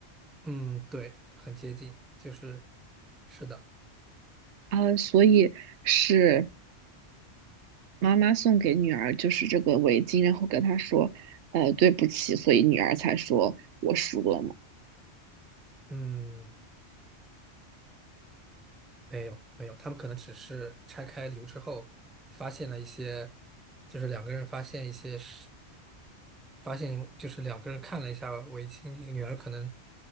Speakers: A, in the centre; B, on the right (about 80°).
A: 嗯，对，很接近，就是是的，
B: 啊，所以是妈妈送给女儿就是这个围巾，然后跟她说，呃，对不起，所以女儿才说我输了嘛。
A: 嗯。没有没有，他们可能只是拆开礼物之后，发现了一些，就是两个人发现一些是发现就是两个人看了一下围巾，女儿可能